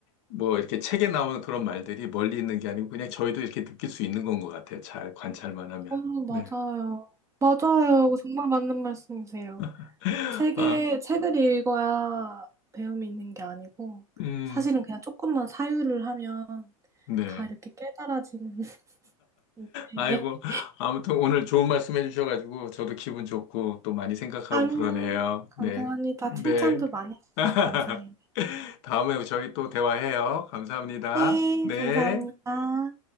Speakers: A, on the left (about 55°); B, on the right (about 15°).
A: 뭐 이렇게 책에 나오는 그런 말들이 멀리 있는 게 아니고, 그냥 저희도 이렇게 느낄 수 있는 건 것 같아요. 잘 관찰만 하면.
B: 어머,
A: 네.
B: 맞아요. 맞아요. 정말 맞는 말씀이세요.
A: <laughs>
B: 책에,
A: 아,
B: 책을 읽어야 배움이 있는 게 아니고,
A: 음,
B: 사실은 그냥 조금만 사유를 하면
A: 네.
B: 다 이렇게 깨달아지는 <laughs> 인생에.
A: 아이고, 아무튼 오늘 좋은 말씀 해주셔가지고, 저도 기분 좋고, 또 많이 생각하고
B: 아니요.
A: 그러네요.
B: 감사합니다.
A: 네. 네.
B: 칭찬도 많이 해주셔서
A: <laughs>
B: 감사해요.
A: 다음에 저희 또 대화해요. 감사합니다.
B: 네,
A: 네.
B: 감사합니다.